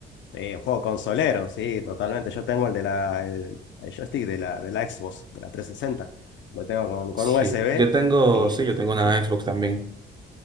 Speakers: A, on the left; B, on the right.
A: sí, un juego consolero, sí, totalmente. Yo tengo el de la, el, el joystick de la, de la Xbox, de la 360. Lo tengo con, con
B: Sí,
A: USB
B: yo tengo,
A: y...
B: sí, yo tengo una Xbox
A: <laughs>
B: también.